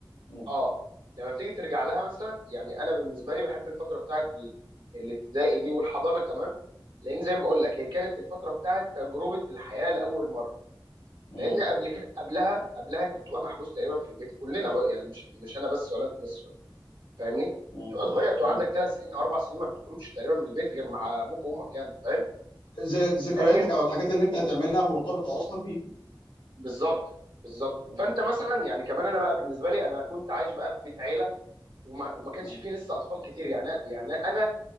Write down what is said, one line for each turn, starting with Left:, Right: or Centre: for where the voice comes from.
Left: مم.
Right: اه لما بتيجي ترجع لها مثلا يعني انا بالنسبه لي بحب الفتره بتاعت ال- الابتدائي دي والحضانه كمان لان زي ما بقول لك هي كانت الفتره بتاعت تجربه الحياه لاول مره
Left: مم.
Right: لان قبل كده قبلها قبلها انت بتبقى محبوس تقريبا في البيت كلنا بقى يعني مش مش انا بس ولا انت بس فاهمني
Left: مم.
Right: تبقى صغير تبقى
Left: مم.
Right: عندك ثلاث سنين او اربع سنين ما بتخرجش تقريبا من البيت غير مع ابوك وامك يعني فاهم
Left: ز- ذكرياتك
Right: لكن
Left: او الحاجات اللي انت هتعملها مرتبطه اصلا بيهم
Right: بالظبط بالظبط
Left: م-
Right: فانت مثلا يعني كمان انا بقى بالنسبه لي انا كنت عايش بقى في بيت عيله وما, وما كانش
Left: م-
Right: فيه لسه اطفال كتير يعني يعني انا